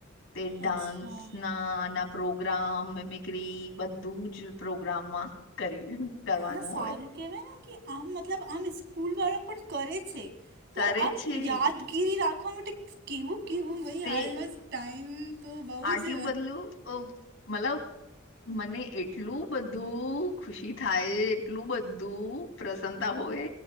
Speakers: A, on the left; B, on the right.
A: તે ડાન્સ
B: અચ્છા
A: ના ના- પ્રોગ્રામ મેમિકરી બધું જ પ્રોગ્રામમાં કર્યું- કરવાનું
B: ના સારું
A: હોય
B: કહેવાય ને કે આમ મતલબ આમ સ્કૂલ વાળો પણ કરે છે. મલબ
A: કરે
B: આ
A: છે
B: યાદગીરી રાખવા માટે કેવું કેવું ભાઈ
A: તે
B: હાલનો ટાઈમ- તો બહુ
A: આટલું
B: જ
A: બધલું મતલબ મને એટલું બધું- ખુશી થાય એટલું બધું પ્રસન્નતા હોય